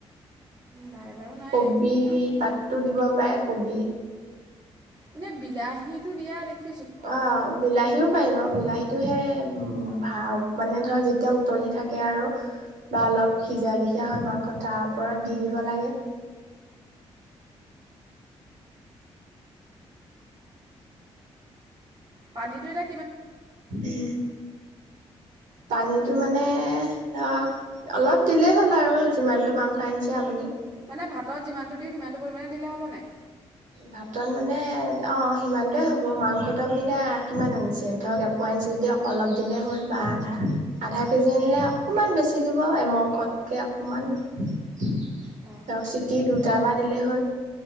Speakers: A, on the right; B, on the right.
A: লাই বাৰু নাই।
B: কবি পাতটো দিব পায় কবি
A: এনে বিলাহীতটো দিয়া দেখি
B: অ বিলাহীও পাৰিব বিলাহীটোহে উ ভা মানে ধৰ যেতিয়া উতলি থাকে আৰু বা অলপ সিজা লিখিয়া হয় মাংস তাৰ ওপৰত দি দিব লাগে
A: পানীটো এনে
B: উ পানীটো মানে ধৰক অলপ দিলেই হ'ল আৰু যিমানটো মাংস আনিছে আপুনি
A: মানে ভাতত যিমানটো দিওঁ সিমানটো পৰিমাণে দিলে হ'ব নাই
B: ভাতত মানে অ', সিমানটোৱে হ'ব মাংসটো আপুনি এতিয়া কিমান আনিছে ধৰক এপোৱা আনিছে যদি অ', অলপ দিলে হ'ল বা আধা -আধা কেজি আনিলে অকমান বেছি দিব এমকতকে অকমান ধক
A: এ
B: চিটি দুটা ভবা দিলেই হ'ল।